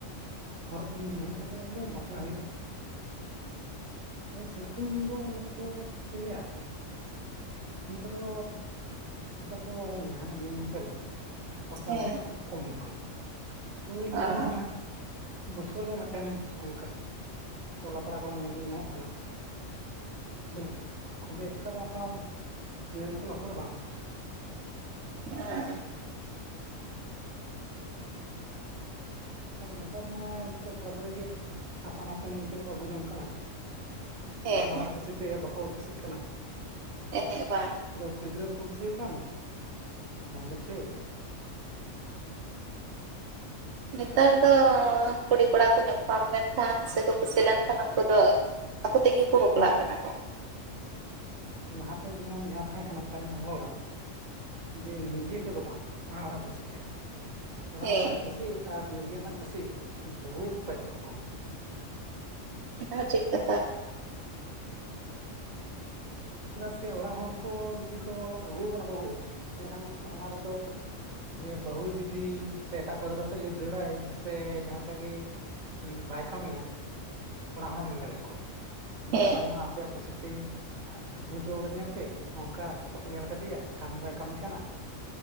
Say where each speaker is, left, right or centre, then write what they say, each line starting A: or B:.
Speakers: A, on the right (about 85°); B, on the right (about 60°).
A: ᱦᱚᱨᱚᱜ ᱪᱤᱱ ᱦᱳᱭ ᱠᱟ ᱛᱮ ᱫᱚ ᱵᱟᱯᱞᱟ ᱦᱩᱭᱩᱜᱼᱟ᱾ ᱟᱫᱚ ᱥᱮ ᱨᱚᱠᱚᱢ ᱫᱚ ᱚᱱᱟ ᱛᱮ ᱫᱚ ᱪᱮᱫ ᱤᱧ ᱞᱟᱹᱭ-ᱟ᱾ ᱱᱮᱛᱟᱨ ᱫᱚ ᱱᱮᱛᱟᱨ ᱫᱚ ᱡᱟᱸᱦᱟ ᱧᱮᱞ ᱧᱮ ᱯᱮᱞ? ᱵᱟᱯᱞᱟ
B: ᱦᱮᱸ
A: ᱚᱱᱛᱮ ᱫᱚ ᱠᱷᱩᱵ ᱠᱚᱢ ᱦᱩᱭᱩᱜ ᱠᱟᱱᱟ᱾ ᱳᱭ ᱞᱟᱹᱭ
B: ᱟᱪᱪᱷᱟ
A: ᱜᱟᱱᱚᱜᱼᱟ᱾ ᱵᱚᱪᱷᱚᱨ ᱨᱮ ᱢᱤᱫ ᱴᱮᱱ ᱚᱱᱠᱟ᱾ ᱴᱚᱞᱟ ᱯᱟᱲᱟ ᱠᱚᱨᱮ ᱧᱮᱞ ᱧᱟᱢᱚᱜ ᱠᱟᱱᱟ᱾ ᱟᱹᱰᱤ ᱢᱚᱡᱽ ᱠᱷᱩᱵᱤ ᱮᱠᱴᱟ ᱫᱚ ᱚᱱᱠᱟ ᱧᱮᱞ ᱧᱮᱯᱮᱞ ᱵᱟᱯᱞᱟ ᱫᱚ ᱵᱟᱝ ᱦᱩᱭᱩᱜ ᱠᱟᱱᱟ᱾
B: ᱮᱸ
A: ᱟᱫᱚ ᱱᱮᱛᱟᱨ ᱢᱟ ᱡᱚᱛᱚ ᱠᱚᱲᱟ ᱜᱤᱫᱽᱨᱟᱹ ᱜᱮ ᱟᱯᱟᱱ ᱟᱹᱯᱤᱱ ᱛᱮᱜᱮ ᱠᱚ ᱟᱜᱩ ᱡᱚᱱ ᱠᱟᱱᱟ᱾
B: ᱦᱮᱸ
A: ᱚᱲᱟᱜ ᱦᱚᱲᱟᱜ ᱠᱩᱥᱤ ᱛᱮ ᱵᱟᱠᱚ ᱠᱩᱥᱤᱜ ᱠᱟᱱᱟ᱾
B: ᱮᱸᱦᱮᱜ ᱵᱟᱝ
A: ᱠᱩᱲᱤ ᱜᱤᱫᱽᱨᱟᱹ ᱵᱟᱠᱚ ᱠᱩᱥᱤᱣᱟᱠᱚ ᱠᱟᱱ ᱵᱟᱝ ᱫᱚ ᱪᱮᱫ᱾
B: ᱱᱮᱛᱟᱨ ᱫᱚ ᱠᱩᱲᱤ ᱠᱚᱲᱟ ᱠᱚ ᱧᱟᱯᱟᱢ ᱞᱮᱱᱠᱷᱟᱱ ᱥᱮᱠᱚ ᱠᱩᱥᱤ ᱞᱮᱱᱠᱷᱟᱱ ᱩᱱᱠᱩ ᱫᱚ᱾ ᱟᱠᱩ ᱛᱮᱜᱮ ᱠᱚ ᱵᱟᱯᱞᱟᱜ ᱠᱟᱱᱟ ᱠᱚ᱾
A: ᱦᱩᱸ ᱞᱟᱦᱟ ᱛᱮ ᱡᱮᱢᱚᱱ ᱡᱟᱦᱟᱸ ᱛᱟᱦᱮᱸ ᱠᱟᱱᱟ ᱯᱟᱹᱭᱞᱟᱹ ᱦᱚᱲᱟᱜ᱾ ᱡᱮ ᱱᱤᱡᱮ ᱛᱮᱫᱚ ᱵᱟᱝ ᱚᱲᱟᱜ ᱦᱚᱲᱟᱜ ᱠᱩᱥᱤ ᱛᱮ᱾ ᱚᱲᱟᱜ
B: ᱦᱮᱸ
A: ᱦᱚᱲᱟᱜ ᱠᱩᱥᱤ ᱟᱨ ᱱᱤᱡᱮ ᱨᱮᱱᱟᱜ ᱠᱩᱥᱤ ᱵᱚᱦᱩ ᱯᱟᱪᱛᱷᱚᱠᱠᱚ᱾
B: ᱚᱱᱟ ᱦᱚᱸ ᱴᱷᱤᱠ ᱠᱟᱛᱷᱟ᱾
A: ᱪᱮᱫᱟᱜ ᱥᱮ ᱚᱲᱟᱜ ᱦᱚᱲ ᱠᱚ ᱡᱩᱫᱤ ᱠᱚ ᱟᱹᱜᱩ ᱣᱟᱵᱚᱱᱟ ᱵᱟᱹᱦᱩ ᱛᱟᱦᱞᱮ ᱠᱷᱟᱱ ᱚᱱᱟ ᱨᱮᱫᱚᱼᱼ ᱡᱮ ᱵᱟᱹᱦᱩ ᱡᱩᱫᱤ ᱥᱮ ᱮᱴᱟᱜ ᱠᱚᱲᱟ ᱜᱤᱫᱽᱨᱟᱹ ᱥᱮᱫ ᱫᱟᱹᱲᱟᱭ ᱥᱮ ᱡᱟᱦᱟᱸ ᱞᱮᱠᱟ ᱜᱮᱼᱼ ᱵᱟᱭ ᱠᱟᱹᱢᱤᱭᱟ ᱚᱲᱟᱜ ᱦᱚᱲᱮᱢ ᱢᱮᱱ ᱫᱟᱲᱮᱣᱟᱠᱚᱣᱟ᱾ ᱡᱮ
B: ᱦᱮᱸ
A: ᱵᱟᱝ ᱢᱟ ᱟᱯᱮᱭᱟᱜ ᱠᱩᱥᱤ ᱛᱮᱧ ᱟᱹᱜᱩ ᱦᱚᱪᱚ ᱟᱠᱟᱫᱤᱧᱟ ᱯᱮ ᱚᱱᱠᱟ ᱪᱮᱫ ᱠᱟᱯᱮ ᱧᱮᱞ ᱟᱠᱟᱫᱤᱭᱟ᱾ ᱠᱟᱹᱢᱤ ᱵᱟᱭ ᱠᱟᱹᱢᱤ ᱠᱟᱱᱟ